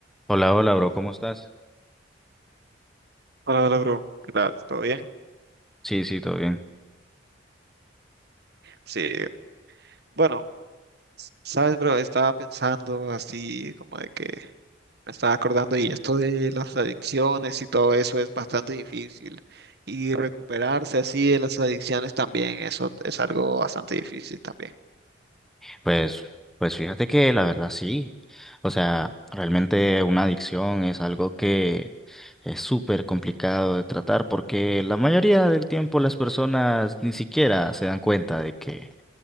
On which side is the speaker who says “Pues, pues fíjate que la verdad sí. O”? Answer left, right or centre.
Centre